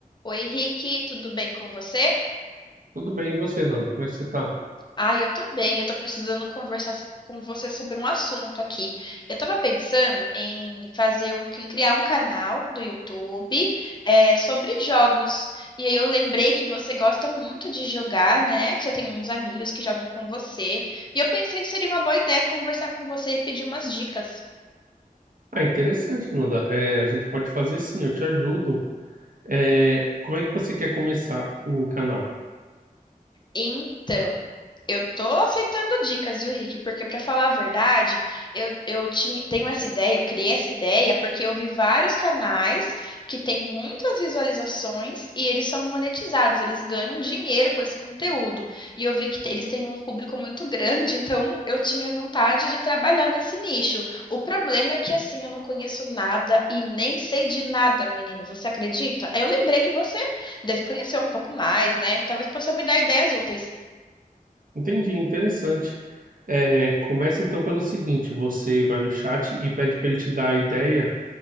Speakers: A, on the left (about 30°); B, on the right (about 70°).
A: Oi, Rick, tudo bem com você?
B: Tudo bem, e você, Nanda? Como é que você tá?
A: Ah, eu tô bem, eu tô precisando conversar s- com você sobre um assunto aqui. Eu tava pensando em fazer um, em criar um canal do YouTube é, sobre jogos. E aí eu lembrei que você gosta muito de jogar, né? Que você tem uns amigos que jogam com você. E eu pensei que seria uma boa ideia conversar com você e pedir umas dicas.
B: Ah, interessante, Nanda. É, a gente pode fazer sim, eu te ajudo. É, como é que você quer começar o canal?
A: Então, eu tô aceitando dicas, viu, Rick? Porque, pra falar a verdade, eu, eu tinha, tenho essa ideia, eu criei essa ideia porque eu vi vários canais que têm muitas visualizações e eles são monetizados, eles ganham dinheiro com esse conteúdo. E eu vi que te- eles têm um público muito grande, <laughs> então eu tinha vontade de trabalhar nesse nicho. O problema é que, assim, eu não conheço nada e nem sei de nada, menino. Você acredita? Aí Eu lembrei que deve conhecer um pouco mais, né? Talvez possa me dar ideias úteis.
B: Entendi, interessante. É, começa então pelo seguinte: você vai no chat e pede para ele te dar a ideia